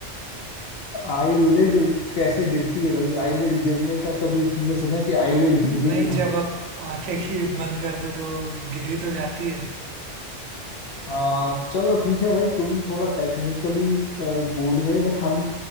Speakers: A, on the left; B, on the right.
A: आईलिड कैसे गिरती है भाई आईलिड गिरने का कभी तुमने सुना है कि आईलिड गिर गई
B: नहीं
A: तुम्हारी
B: जब आप आंखें की बंद कर दो तो गिरी तो जाती है
A: आ, चलो ठीक है भाई तुम थोड़ा टेक्निकली बोल गए बट हम